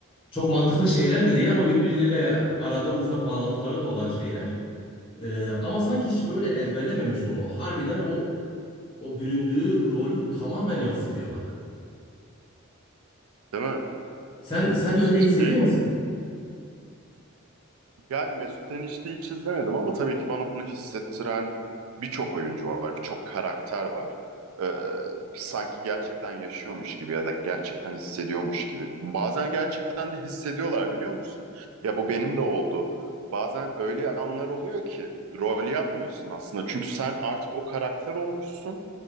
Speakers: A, on the left; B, on the right.
A: çok mantıklı şeyler de değil ama birbirleriyle arada ufak bağlantıları da olan şeyler. E, ama sanki hiç böyle ezberlememiş onu. O harbiden o o büründüğü rolü tamamen yansıtıyor bana.
B: Değil mi?
A: Sen sen de öyle hissediyor
B: Şey
A: musun?
B: de Yani Mesut Enişte'yi hiç izlemedim ama tabii ki bana bunu hissettiren birçok oyuncu var, birçok karakter var. Ee, sanki gerçekten yaşıyormuş gibi ya da gerçekten hissediyormuş gibi. Bazen gerçekten de hissediyorlar biliyor musun? Ya bu benim de oldu. Bazen öyle anlar oluyor ki rol yapmıyorsun aslında. Çünkü sen artık o karakter olmuşsun.